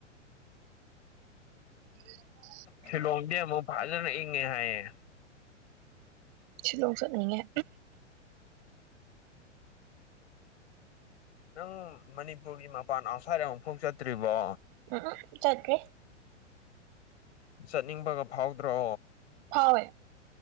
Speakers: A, on the right; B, on the left.
A: <inaudible>
B: ꯁꯤꯂꯣꯡꯗꯤ ꯑꯃꯨꯛ ꯐꯖꯅ ꯏꯪꯉꯦ ꯍꯥꯏꯌꯦ
A: ꯁꯤꯂꯣꯡ ꯆꯠꯂꯨꯔꯦ
B: ꯅꯪ ꯃꯅꯤꯄꯨꯔꯒꯤ ꯃꯄꯥꯟ ꯑꯥꯎꯠꯁꯥꯏꯠ ꯑꯃꯨꯛꯐꯥꯎ ꯆꯠꯇ꯭ꯔꯤꯕꯣ
A: ꯎꯝ ꯆꯠꯂꯦ
B: ꯆꯠꯅꯤꯡꯕꯒ ꯐꯥꯎꯗ꯭ꯔꯣ
A: ꯐꯥꯎꯋꯦ